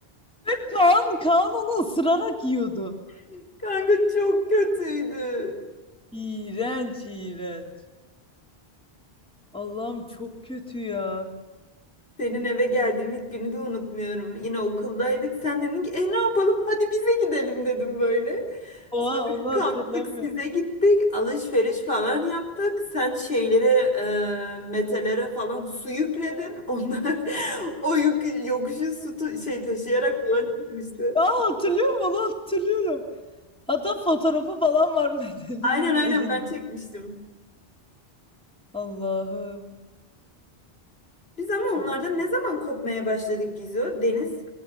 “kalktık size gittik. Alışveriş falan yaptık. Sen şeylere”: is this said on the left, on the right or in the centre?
Left